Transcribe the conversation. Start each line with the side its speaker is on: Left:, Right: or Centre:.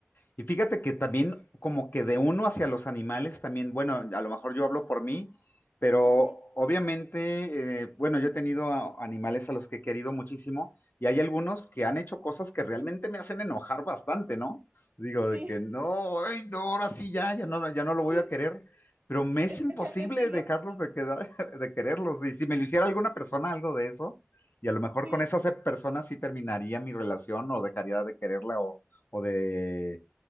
Left: Y fíjate que también como que de uno hacia los animales también, bueno, a lo mejor yo hablo por mí, pero
Right: Ujú.
Left: obviamente, eh, bueno, yo he tenido a- animales a los que he querido muchísimo y hay algunos que han hecho cosas que realmente me hacen enojar bastante, ¿no? Digo,
Right: Sí,
Left: de que no, ay, no, ahora sí ya, ya no, ya
Right: <laughs>
Left: no lo voy
Right: sí,
Left: a querer, pero me es
Right: especialmente
Left: imposible
Right: los...
Left: dejarlos de quedar, <laughs> de quererlos. Y si me lo hiciera alguna persona algo de eso, y a lo mejor
Right: Sí.
Left: con esa se- persona sí terminaría mi relación o dejaría de quererla o, o de